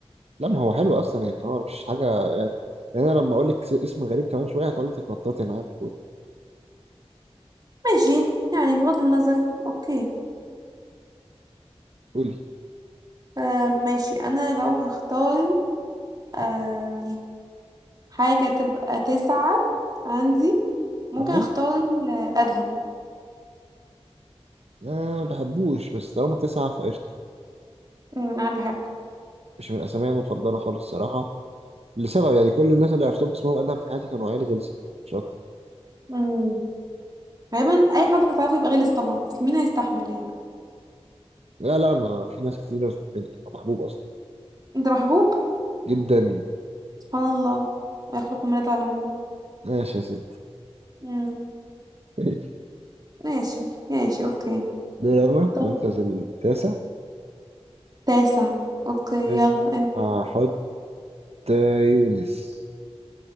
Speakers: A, on the right; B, on the right.
A: لا ما هو حلو أصلا يعني هو مش حاجة يعني يعني أنا لما أقول لك اسم غريب كمان شوية هتقعدي تتنططي أنا عارف قولي
B: ماشي يعني بغض النظر اوكي
A: قولي
B: آه ماشي انا لو هختار آه حاجة تبقى تسعة عندي ممكن
A: أه
B: اختار آه، ادهم
A: أنا ما بحبوش بس طالما تسعة فقشطة
B: مم، انا بحبه
A: مش من الأسامي المفضلة خالص الصراحة لسبب يعني كل الناس اللي عرفتهم باسمهم أدهم في حياتي كانوا عيال غلسة مش أكتر
B: مم. غالبا اي حد هتعرفه يبقى غلس طبعا اصل مين هيستحمل يعني
A: لا لا أنا في ناس كتير بتحبني أو محبوب أصلا
B: انت محبوب
A: جدا
B: سبحان الله ويخلق ما لا تعلمون
A: ماشي يا سيدي
B: مم.
A: ماشي
B: ماشي ماشي اوكي
A: دوري أنا
B: طب
A: المركز التاسع
B: تاسع اوكي
A: تاسع
B: يلا انت
A: هحط آه، يونس